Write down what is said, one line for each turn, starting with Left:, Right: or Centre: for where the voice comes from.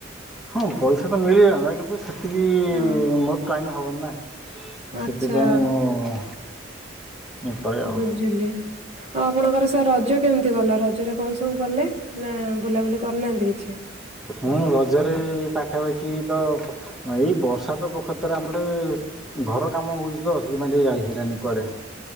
Centre: ହଁ ପଇସା ତ ମିଳିଯାନ୍ତା କିନ୍ତୁ ସେତିକି
Right: ହଁ
Centre: ମୋର ଟାଇମ ହବନି। ସେଥିପାଇଁ
Right: ଆଚ୍ଛା
Centre: ମୁଁ ଇଏ କରେ ଆଉ
Right: ବୁଝିଲେ ଆଉ ଆପଣଙ୍କର ସାର୍ ଅଜ ରଜ କେମିତି ଗଲା ରଜରେ କଣ ସବୁ କଲେ ନା ବୁଲାବୁଲି କରି ନାହାନ୍ତି କିଛି?
Centre: ହଁ ରଜରେ ପାଖାପାଖି ତ ଏଇ ବର୍ଷା ତ ପ୍ରଖର ଆମରଟିକେ ଘର କାମ ହଉଛି ତ ସେଥିପାଇଁ ଟିକେ ଯାଇ ହେଲାନି କୁଆଡେ।